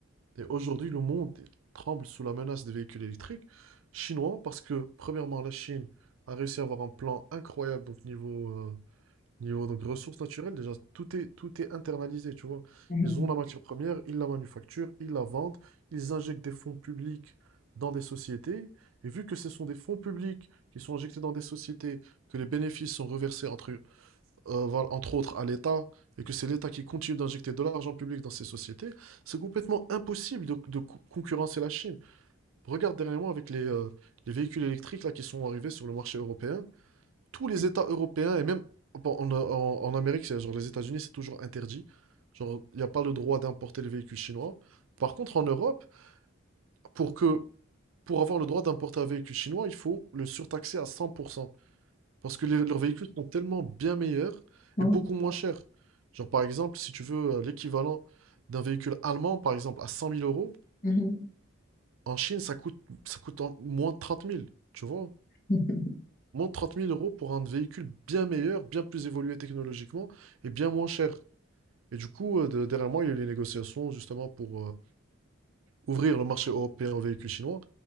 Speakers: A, on the right; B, on the left.
A: Et aujourd'hui, le monde tremble sous la menace des véhicules électriques chinois parce que, premièrement, la Chine a réussi à avoir un plan incroyable donc niveau euh, Niveau donc ressources naturelles, déjà, tout est, tout est internalisé, tu vois.
B: Mhm.
A: Ils ont la matière première, ils la manufacturent, ils la vendent, ils injectent des fonds publics dans des sociétés. Et vu que ce sont des fonds publics qui sont injectés dans des sociétés, que les bénéfices sont reversés entre, euh, voilà, entre autres à l'État, et que c'est l'État qui continue d'injecter de l'argent public dans ces sociétés, c'est complètement impossible de, de co- concurrencer la Chine. Regarde derrière moi avec les, euh, les véhicules électriques là, qui sont arrivés sur le marché européen tous les États européens et même bon, en, en- en Amérique, c'est- genre les États-Unis, c'est toujours interdit. Genre, il n'y a pas le droit d'importer les véhicules chinois. Par contre, en Europe, pour que pour avoir le droit d'importer un véhicule chinois, il faut le surtaxer à 100%. Parce que les- leurs véhicules sont tellement bien meilleurs
B: Mhm.
A: et beaucoup moins chers. Genre, par exemple, si tu veux euh, l'équivalent d'un véhicule allemand, par exemple, à 100 000 euros,
B: Mhm.
A: en Chine, ça coûte, ça coûte en- moins de 30 000, tu vois?
B: Mhm.
A: Moins de 30 000 euros pour un véhicule bien meilleur, bien plus évolué technologiquement et bien moins cher. Et du coup, euh, de- derrière moi, il y a eu les négociations justement pour euh, ouvrir le marché européen aux véhicules chinois.